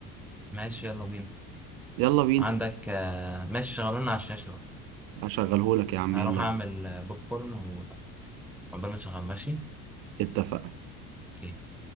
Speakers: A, in the centre; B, on the right (about 50°).
A: ماشي يلا بينا
B: يلا بينا
A: عندك آه، ماشي شغلونا على الشاشة بقى
B: هشغلهولك يا عم
A: هروح
B: يلا
A: أعمل
B: بينا
A: آه، بوب كورن وعقبال ما تشغل ماشي
B: اتفقنا
A: أوكي